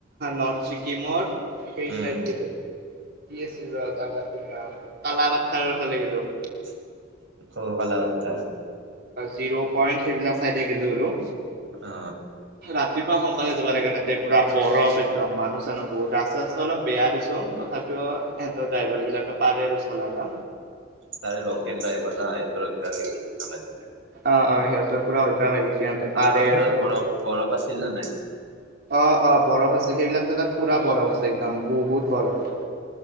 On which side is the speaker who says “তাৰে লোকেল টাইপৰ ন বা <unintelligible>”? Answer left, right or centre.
Right